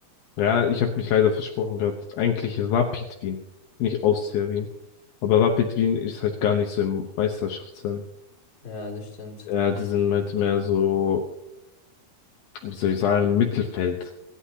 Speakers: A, on the left; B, on the left.
A: Ja, ich habe mich leider versprochen gehabt. Eigentlich Rapid Wien, nicht Austria Wien. Aber Rapid Wien ist halt gar nicht so im Meisterschaftsrennen.
B: Ja, das stimmt.
A: Ja, die sind halt mehr so, wie soll ich sagen, Mittelfeld.